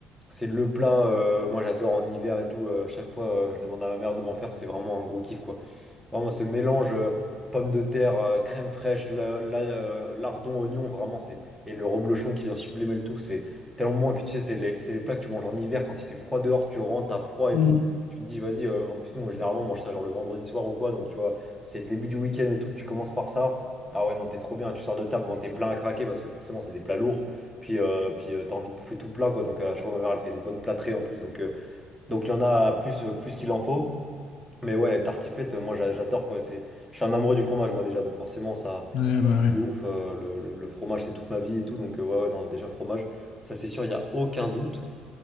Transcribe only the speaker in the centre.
c'est le plat, euh, moi j'adore en hiver et tout, euh, à chaque fois euh, je demande à ma mère de m'en faire, c'est vraiment un gros kiff quoi. Vraiment, ce mélange euh, pommes de terre, euh, crème fraîche, la- la- euh, lardon, oignon, vraiment, c'est. Et le reblochon qui vient sublimer le tout, c'est tellement bon. Et puis tu sais, c'est les, c'est les plats que tu manges en hiver quand il fait froid dehors, tu rentres, t'as froid et
tout. Tu te dis, vas-y, euh, en plus, nous, généralement, on mange ça genre le vendredi soir ou quoi. Donc tu vois, c'est le début du week-end et tout, tu commences par ça. Ah ouais, non, t'es trop bien. Tu sors de table, bon, t'es plein à craquer parce que forcément, c'est des plats lourds. Puis, euh, puis euh, t'as envie de bouffer tout le plat, quoi. Donc à chaque fois, ma mère, elle fait des bonnes plâtrées en plus. Donc, euh, donc il y en a plus, euh, plus qu'il en faut. Mais ouais, tartiflette, euh, moi j'a- j'adore quoi. C'est, je suis un amoureux du fromage moi déjà, donc forcément ça,
de ouf. euh, le, le- le fromage c'est toute ma vie et tout, donc euh, ouais, ouais, non, déjà fromage, ça c'est sûr, il y a aucun doute.